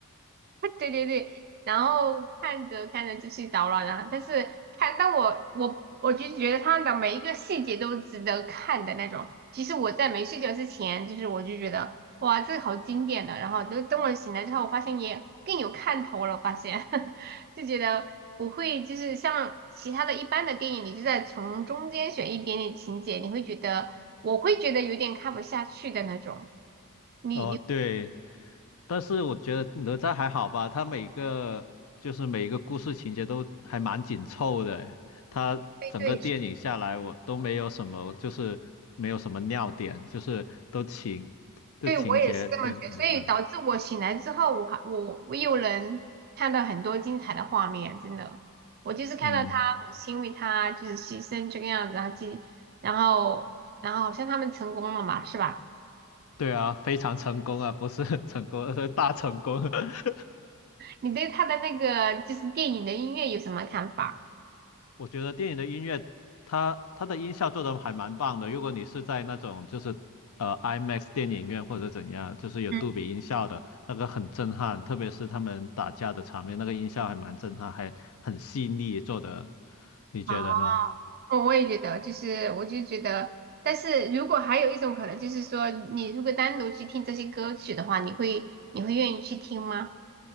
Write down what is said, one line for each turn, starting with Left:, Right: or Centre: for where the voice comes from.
Right: <laughs> 对对对，然后看着看着就睡着了，然后但是看，但我我我就是觉得他的每一个细节都值得看的那种。其实我在没睡觉之前，就是我就觉得哇，这个好经典的，然后就等我醒来之后，我发现也更有看头了，我发现 <laughs> 就觉得不会就是像其他的一般的电影，你就在从中间选一点点情节，你会觉得我会觉得有点看不下去的那种，
Left: <laughs>
Right: 你你
Left: 哦，对，但是我觉得哪吒还好吧，他每个就是每一个故事情节都还蛮紧凑的，他整个电影下来我都没有什么，
Right: 会对。
Left: 就是没有什么尿点，就是都情的情节编排的，
Right: 对，我也是这么觉得，所以导致我醒来之后，我还我我又能看到很多精彩的画面，真的。我就是看到他母亲为他就是牺牲这个样子，
Left: 嗯，
Right: 然后继然后然后好像他们成功了嘛，是吧？
Left: 对啊，非常成功啊，不是 <laughs> 成功，是大成功。<laughs>
Right: 你对他的那个就是电影的音乐有什么看法？
Left: 我觉得电影的音乐，它它的音效做的还蛮棒的。如果你是在那种就是呃 IMAX 电影院或者怎样，就是有杜比音效的那个很震撼，
Right: 嗯，
Left: 特别是他们打架的场面，那个音效还蛮震撼，还很细腻做的。你觉得呢？
Right: 好，我我也觉得，就是我就觉得，但是如果还有一种可能，就是说你如果单独去听这些歌曲的话，你会你会愿意去听吗？